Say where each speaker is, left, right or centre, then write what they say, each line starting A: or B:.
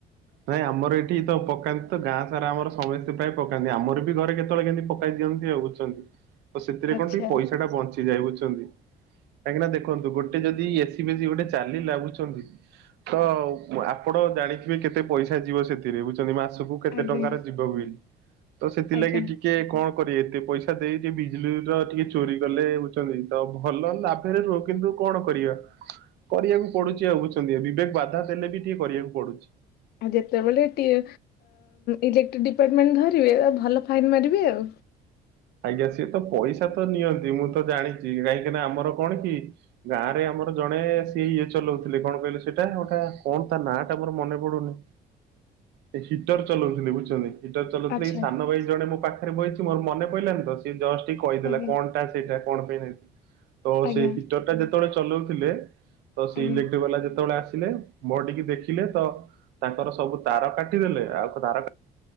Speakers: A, on the right; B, on the left.
A: ନାଇଁ ଆମର ଏଠି ତ ପକାନ୍ତି ତ ଗାଁ ସାରା ଆମର ସମେସ୍ତେ ପ୍ରାୟ ପକାନ୍ତି ଆମର ବି ଘରେ କେତବଳେ କେମତି ପକାଇ ଦିଅନ୍ତି ଆଉ ବୁଝ୍ଚ ତ ସେଥିରେ
B: ଆଚ୍ଛା।
A: କଣ ଟିକେ ପଇସା ଟା ବଞ୍ଚିଯାଏ ବୁଝ୍ଚନ୍ତି। କାହିଁକିନା ଦେଖନ୍ତୁ ଗୋଟେ ଯଦି ଏସି ଫେସିି ଗୋଟେ ଚାଲିଲା ବୁଝଚନ୍ତି ତ ମୁଁ ଆପଣ ଜାଣିଥିବେ କେତେ ପଇସା ଯିବ ସେଥିରେ ବୁଝଛନ୍ତି ମାସକୁ। କେତେ
B: ଆଜ୍ଞା
A: ଟଙ୍କାର ଯିବ ବୋଲି ତ ସେଥିଲାଗି
B: ଆଜ୍ଞା
A: ଟିକେ କଁ କରି ଏତେ ପଇସା ଦେଇ ଦେବି ବିଜୁଳିର ଟିକେ ଚୋରି କଲେ ବୁଝଚନ୍ତି ତ ଭଲ ଲା <unintelligible> ରୁହ କିନ୍ତୁ କଣ କରିବା କରିବାକୁ ପଡୁଚି ଆଉ ବୁଝଚନ୍ତି ବିବେକ୍ ବାଧା ଦେଲେ ବି। କିଏ କରିବାକୁ ପଡୁଛି।
B: ଆ ଯେତେବେଳେ ଟିଏ ଇଲେକ୍ଟ୍ରି ଡିପାର୍ଟମେଣ୍ଟ ଧରିବେ ତାକୁ ଭଲ ଫାଇନ୍ ମାରିବେ ଆଉ।
A: ଆଜ୍ଞା ସିଏ ତ ପଇସା ତ ନିଅନ୍ତି ମୁଁ ତ ଜାଣିଚି କାହିଁକିନା ଆମର କଣ କି। ଗାଁ ରେ ଆମର ଜଣେ ସେ ଇଏ ଚଲଉଥିଲେ କଣ କହିଲ ସେଟା ଗୋଟା କଣ ତା ନାଁ ଟା ମୋର ମନେ ପଡୁନି।
B: ଁ
A: ଏ ହିଟର୍ ଚଲଉଥିଲେ ବୁଝୁଚନ୍ତି। ହିଟର୍ ଚଲଉଥିଲେ
B: ଆଚ୍ଛା
A: ଏଇ ସାନ ଭାଇ ଜଣ ମୋ ପାଖରେ ବଇଚି ମୋର ମନେ ପଇଲାନି ତ ସିଏ ଜଷ୍ଟ ଟିକ୍ କହିଦେଲା
B: ଆଜ୍ଞା
A: କଣ। ଟା ସେଇଟା କଣ ପାଇଁ ନେଇଥିଲି ତ
B: ଆଜ୍ଞା
A: ସେଇ ହିଟର୍ ଟା ଯେତବଳେ ଚଲଉଥିଲେ। ତ ସେ
B: ଆଜ୍ଞା।
A: ଇଲେକ୍ଟ୍ରି ବାଲା ଯେତବଳେ ଆସିଲେ। ମୋଡି କି ଦେଖିଲେ ତ ତାଙ୍କର ସବୁ ତାର କାଟିଦେଲେ ଆଉ ତାର।